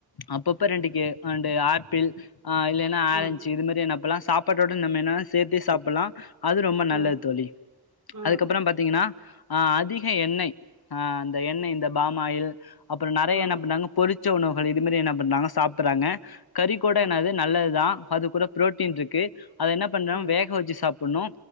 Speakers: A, on the left (about 75°); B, on the right (about 55°).
A: அப்பப்ப ரெண்டு கே அ ண்டு ஆப்பிள் அ இல்லேனா
B: ம்
A: ஆரஞ்சு இது மாரி என்னா பண்லா சாப் பாடோட நம்ம என்னா சேத்தே சாப்பில்லா அது ரொம்ப
B: ம்
A: நல்லது தோழி
B: ம்
A: அதுக்கப்புறோ பாத் தீங்கனா அ அதிக எண்ணெய் அ அந்த எண்ணெய் இந்த பாமாயில் அப்புறோ நறைய
B: ம்
A: என்ன பண்றாங்க பொறிச்ச உணவுகள் இது மாரி என்ன பண்றாங்க சாப்பிறாங்க கறி கூட
B: ம்
A: என்னது நல்லதுதா அது கூட புரோட்டீன்ட்ருக்கு
B: ம்
A: அத என்ன பண்ணோ
B: ம்
A: வேக வெச்சு சாப்பிண்ணு